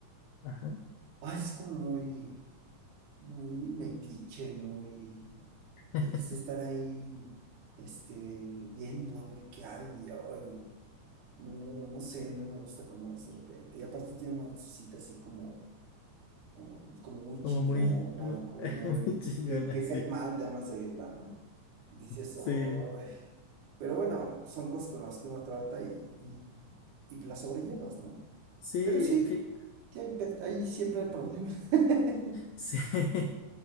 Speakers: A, on the left (about 85°); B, on the right (about 75°).
A: Ajá.
B: Ay, es como muy, muy metiche, muy,
A: <laughs>
B: le gusta estar ahí, este, viendo a ver qué hay, y ay, no, no, no sé, no me gusta cómo es de repente. Y aparte tiene una vocecita así como, mm, como muy
A: Como
B: chillona,
A: muy, muy,
B: como
A: <laughs>
B: muy,
A: muy chillona,
B: que, que
A: sí.
B: cae mal, nada más de oírla, ¿no? dices,
A: Sí,
B: "Ay". Pero bueno, son cosas con las que uno trata y, y, y que las sobrellevas, ¿no?
A: sí,
B: Pero sí,
A: fí-
B: sí hay, pe- hay siempre hay problemas. <laughs>
A: sí. <laughs>